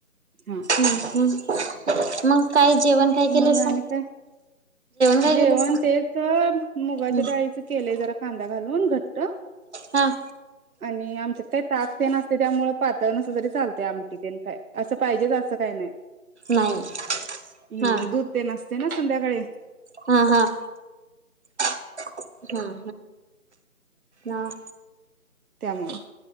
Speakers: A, on the right; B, on the right.
A: हां.
B: हम्मं-हम्मं मग काय जेवण काय केलंसा?
A: मग आणि काय
B: काय
A: जेवण
B: केलंसा
A: तेचं मुगाच्या
B: हम्म
A: डाळीच केलंय जरा कांदा घालून घट्ट.
B: हा.
A: आणि आमच्यात काय ताकतेन असते त्यामुळं पातळ नसलं तरी चालते आमटी तेन काय. असं पाहिजेच असं काय नाही
B: नाही
A: हम्मं
B: हा
A: दूध ते नसते ना संध्याकाळी.
B: हां-हां हा हं हां.
A: त्यामुळं